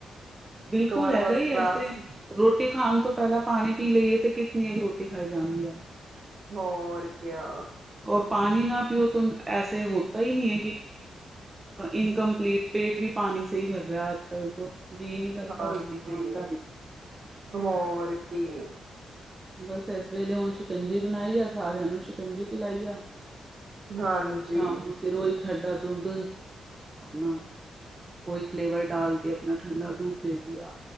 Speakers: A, on the right; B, on the right.
A: ਬਿਲਕੁਲ
B: ਵਾਰ
A: ਹੈਗਾ
B: ਬਸ
A: ਹੀ ਐਸੇ
B: ਗਲਾਸ
A: ਰੋਟੀ ਖਾਣ ਤੋਂ ਪਹਿਲਾਂ ਪਾਣੀ ਪੀ ਲਈਏ ਤੇ ਕਿਤਨੀ ਰੋਟੀ ਖਾਈ ਜਾਂਦੀ ਆ।
B: ਹੋਰ ਕਿਆ
A: ਔਰ ਪਾਣੀ ਨਾ ਉਹ ਐਸੇ ਹੋਤਾ ਹੀ ਨਹੀਂ ਹੈ ਕਿ ਇਨਕਮਪਲੀਟ ਪੇਟ ਵੀ ਪਾਣੀ ਸ ਹੀ ਭਰ ਰਿਹਾ ਆਜ ਕੱਲ ਤੋਂ ਜੀਅ ਨਹੀਂ ਕਰਦਾ
B: ਹਾਂਜੀ
A: ਰੋਟੀ ਖਾਣ ਦਾ ਵੀ।
B: ਹੋਰ ਕੀ
A: ਬਸ ਇਸ ਵੇਲੇ ਹੁਣ ਸ਼ਿਕੰਜੀ ਬਣਾਈ ਆ ਸਾਰਿਆਂ ਨੂੰ ਸ਼ਿਕੰਜੀ ਪਿਲਾਈ ਆ।
B: ਹਾਂਜੀ
A: ਪਰ ਸ਼ਾਮ ਨੂੰ ਫੇਰ ਉਹੀ ਠੰਡਾ ਦੁੱਧ ਆਪਣਾ ਕੋਈ ਫਲੇਵਰ ਡਾਲ ਕੇ ਆਪਣਾ ਠੰਡਾ ਦੂਧ ਦੇ ਦਿਆ।